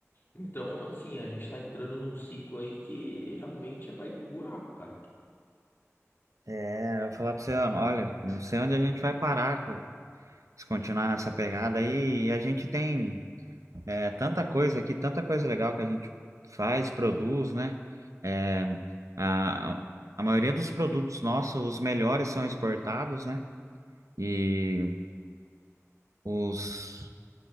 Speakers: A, on the left (about 45°); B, on the right (about 80°).
A: Então, assim, a gente tá entrando num ciclo aí que realmente é pra ir pro buraco, cara.
B: É, eu vou falar pra você, olha, não sei onde a gente vai parar co- se continuar nessa pegada aí. E a gente tem é, tanta coisa aqui, tanta coisa legal que a gente faz, produz, né? É, a, a maioria dos produtos nossos, os melhores são exportados, né? E os